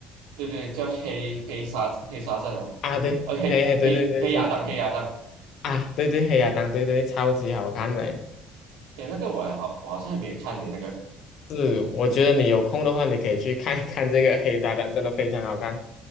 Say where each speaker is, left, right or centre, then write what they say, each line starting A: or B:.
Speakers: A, on the right; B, on the left.
A: 对对，叫黑黑沙黑沙赞啊，
B: 啊对，
A: 哦黑黑黑亚当黑亚当，
B: 嘿嘿，对对对是啊对对黑亚当对对超级好看的。
A: 哎，那个我还好，我好像还没有看你那个。
B: 是，我觉得你有空的话，你可以去看一看这个《黑沙滩》，真的非常好看，